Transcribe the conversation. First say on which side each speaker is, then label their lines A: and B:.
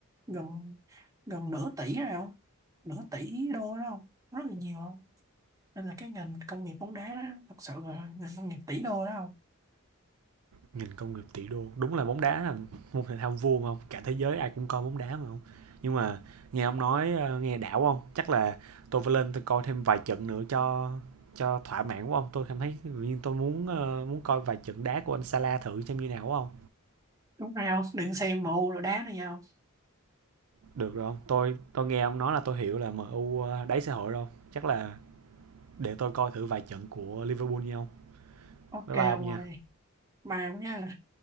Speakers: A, on the right; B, on the right.
A: gần gần nửa tỷ rồi không nửa tỷ đô đó không rất là nhiều không nên là cái ngành công nghiệp bóng đá đó thật sự là ngành công nghiệp tỷ đô đó không
B: nghìn công nghiệp tỷ đô đúng là bóng đá là môn thể thao vua mà không cả thế giới ai cũng coi bóng đá mà không nhưng mà nghe ông nói ờ, nghe đảo không chắc là tôi phải lên tôi coi thêm vài trận nữa cho cho thỏa mãn của ông tôi cảm thấy nhưng tôi muốn ờ, muốn coi vài trận đá của anh Salah thử xem như nào không
A: đúng rồi không đừng xem mù rồi đá nữa nhau
B: được rồi không tôi tôi nghe ông nói là tôi hiểu là MU u ờ, đáy xã hội rồi chắc là để tôi coi thử vài trận của Liverpool nhau
A: ok
B: bye bye ông
A: ông
B: nha
A: ơi mai ông nha